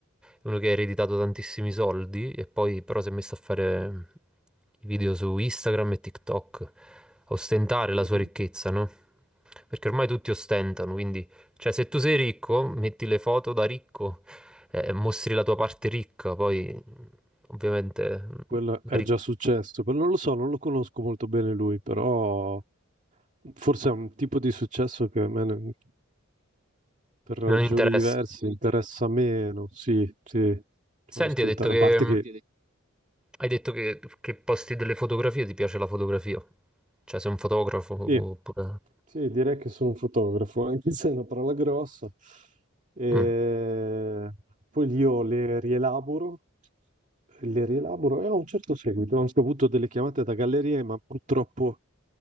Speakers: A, in the centre; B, on the right.
A: uno che ha ereditato tantissimi soldi e poi però si è messo a fare i video su Instagram e TikTok, a ostentare la
B: mhm.
A: sua ricchezza, no? Perché ormai tutti ostentano, quindi, cioè, se tu sei ricco, metti le foto da ricco, eh, mostri la tua parte ricca, poi ovviamente mm,
B: Quello
A: la
B: è
A: ricchezza
B: già successo, però non lo so, non lo conosco molto bene lui, però forse è un tipo di successo che a me, ne- per ragioni
A: non interessa.
B: diverse, interessa meno. Sì, sì, cioè
A: Senti,
B: ostentare,
A: hai detto che,
B: a parte che
A: hai detto che, che posti delle fotografie, ti piace la fotografia? Cioè, sei un fotografo oppure...
B: Sì, sì, direi che sono un fotografo, <laughs> anche se è una parola grossa. E
A: Mm,
B: poi io le rielaboro, le rielaboro e ho un certo seguito. Ho anche avuto delle chiamate da gallerie, ma purtroppo